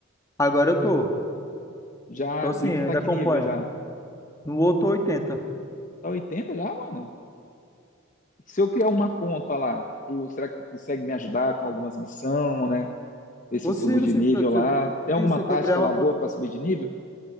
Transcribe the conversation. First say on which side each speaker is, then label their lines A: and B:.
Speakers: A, on the left; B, on the left.
A: Agora eu tô.
B: Já,
A: Tô sim
B: e
A: eu
B: tu tá
A: ainda
B: que
A: acompanho.
B: nível já?
A: No outro oitenta
B: Tá 80 já, mano? Se eu criar uma conta lá, tu- será que tu consegue me ajudar com algumas missões, né? Ver se
A: Consigo
B: eu subo de
A: se
B: nível
A: tu,
B: lá.
A: se tu
B: Tem alguma
A: se
B: tática
A: tu criar
B: lá
A: uma conta.
B: boa para subir de nível?